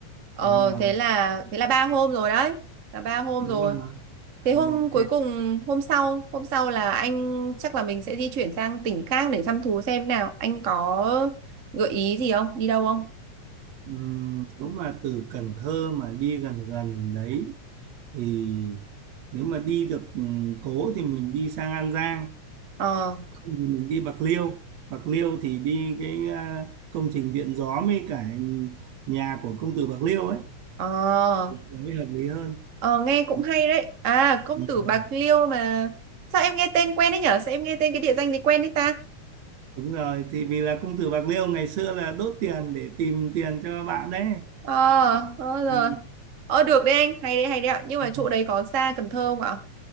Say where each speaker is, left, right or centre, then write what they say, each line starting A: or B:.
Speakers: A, on the right; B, on the right.
A: Ờ,
B: đúng rồi
A: thế là thế là ba hôm rồi đấy, là ba hôm
B: đúng
A: rồi.
B: rồi
A: Thế hôm
B: ok
A: cuối cùng hôm sau hôm sau là anh chắc là mình sẽ di chuyển sang tỉnh khác để thăm thú xem nào anh có gợi ý gì không đi đâu không
B: ừ. nếu mà từ Cần Thơ mà đi gần gần đấy thì nếu mà đi được ừ, cố thì mình đi sang An Giang
A: ờ
B: mình đi Bạc Liêu Bạc Liêu thì đi cái à, công trình điện gió với cả nhà của công tử Bạc Liêu ấy
A: ờ
B: mới hợp lý hơn
A: ờ nghe cũng
B: ừ.
A: hay đấy à công
B: ừ.
A: tử Bạc
B: ừ.
A: Liêu mà sao em nghe tên quen đấy nhở sao em nghe tên cái địa danh này quen đấy ta
B: đúng rồi thì vì là công tử Bạc Liêu ngày xưa là đốt tiền để tìm tiền cho bạn đấy
A: ờ
B: ừ.
A: ờ rồi
B: Ừ.
A: ờ được đấy anh hay đấy hay đấy ạ nhưng mà
B: ừ.
A: chỗ đấy có xa Cần Thơ không ạ